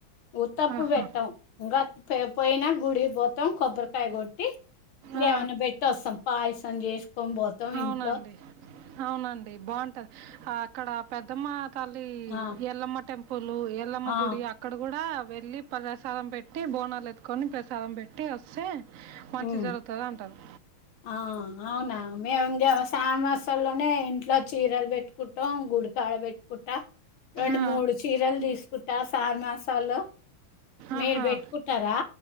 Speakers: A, on the left; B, on the right.
A: ఊత్తప్పుడు
B: ఆహా
A: పెట్టాం ఇంకా పోయినా గుడికి పోతాం కొబ్బరికాయ కొట్టి
B: ఆ,
A: ఏమన్నా పెట్టి వస్తాం పాయసం చేసుకొని పోతాం
B: అవునండి
A: ఇంట్లో
B: అవునండి బాగుంటది అక్కడ పెద్దమ్మ కాళలి
A: ఆ
B: ఎల్లమ్మ టెంపు పులు ఎల్లమ్మ
A: ఆ
B: గుడి అక్కడ కూడా వెళ్ళి ప్రసాద పెట్టి బోన లే కత్కొని ప్రసాదం పెట్టి వస్తే మంచి
A: ఉ
B: జరుగుతుంది అంటారు
A: ఆ అవునా మేము ఇంకా సాన్ మాసల్లోనే ఇం ఇట్లా చీరలు పెట్టుకుంటాం గుడికాయడ పెట్టుకుంటా రెండు
B: ఆ,
A: మూడు చీరలు తీసుకుంటా సార్ మసాలా మీరు
B: ఆహా
A: పెట్టుకుంటారా